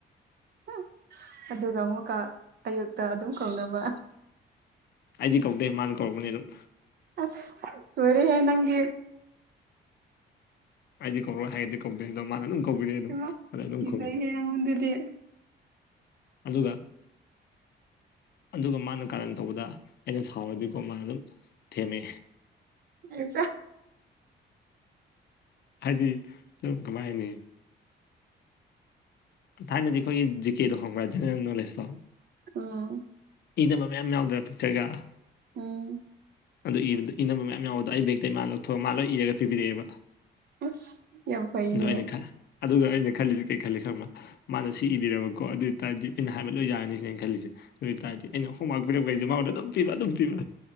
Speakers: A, on the right; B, on the left.
A: ꯎ ꯑꯗꯨꯒ ꯑꯃꯨꯛꯀ ꯑꯌꯨꯛꯇ ꯑꯗꯨꯝ ꯀꯧꯅꯕ
B: ꯑꯩꯗꯤ ꯀꯧꯗꯦ ꯃꯥꯅ ꯀꯧꯔꯛꯄꯅꯤ ꯑꯗꯨꯝ
A: ꯑꯁ ꯂꯣꯏꯔꯦꯍꯦ ꯅꯪꯒꯤ
B: ꯑꯩꯗꯤ ꯀꯧꯔꯣꯏ ꯍꯥꯏꯔꯗꯤ ꯀꯧꯗꯦ ꯑꯗꯣ ꯃꯥꯅ ꯑꯗꯨꯝ ꯀꯧꯕꯤꯔꯦ ꯑꯗꯨꯝ
A: ꯏꯃꯥ
B: ꯑꯗꯩ ꯑꯗꯨꯝ
A: ꯀꯤꯖꯩꯍꯦ
B: ꯈꯨꯝꯃꯤ
A: ꯅꯪꯉꯣꯟꯗꯗꯤ
B: ꯑꯗꯨꯒ ꯑꯗꯨꯒ ꯃꯥꯅ ꯀꯥꯔꯟ ꯇꯧꯕꯗ ꯑꯩꯅ ꯁꯥꯎꯔꯗꯤꯀꯣ ꯃꯥꯅ ꯑꯗꯨꯝ ꯊꯦꯝꯃꯦ
A: <unintelligible>
B: ꯍꯥꯏꯗꯤ ꯁꯨꯝ ꯀꯃꯥꯏ ꯍꯥꯏꯅꯤ ꯊꯥꯏꯅꯗꯤ ꯑꯩꯈꯣꯏꯒꯤ ꯖꯤ ꯀꯦ ꯗꯣ ꯈꯡꯕ꯭ꯔꯥ ꯖꯦꯅꯔꯦꯜ ꯅꯣꯂꯦꯖꯇꯣ
A: ꯑꯥ
B: ꯏꯅꯕ ꯃꯌꯥꯝ ꯌꯥꯎꯗ꯭ꯔꯥ ꯄꯤꯛꯆꯔꯒ
A: ꯎꯝ
B: ꯑꯗꯨ ꯏꯕꯗ ꯏꯅꯕ ꯃꯌꯥꯝ ꯌꯥꯎꯕꯗꯣ ꯑꯩ ꯕꯦꯛꯇꯩ ꯃꯥ ꯂꯧꯊꯣꯛꯑ ꯃꯥ ꯂꯣꯏ ꯏꯔꯒ ꯄꯤꯕꯤꯔꯛꯑꯦꯕ
A: ꯑꯁ ꯌꯥꯝ ꯐꯩꯅꯦ
B: ꯑꯗꯣ ꯑꯩꯅ ꯈꯜ ꯑꯗꯨꯒ ꯑꯩꯅ ꯈꯜꯂꯤꯁꯤ ꯀꯩ ꯈꯜꯂꯤ ꯈꯪꯕ꯭ꯔꯥ ꯃꯥꯅ ꯁꯤ ꯏꯕꯤꯔꯕ ꯀꯣ ꯑꯗꯨ ꯑꯣꯏꯇꯥꯔꯗꯤ ꯑꯩꯅ ꯍꯥꯏꯕ ꯂꯣꯏ ꯌꯥꯔꯅꯤꯁꯤꯅꯦ ꯑꯩꯅ ꯈꯜꯂꯤꯁꯦ ꯑꯗꯨ ꯑꯣꯏꯇꯥꯔꯗꯤ ꯑꯩꯅ ꯍꯣꯡꯃꯥꯛ ꯄꯤꯔꯛꯄꯩꯁꯦ ꯃꯥꯉꯣꯟꯗ ꯑꯗꯨꯝ ꯄꯤꯕ ꯑꯗꯨꯝ ꯄꯤꯕ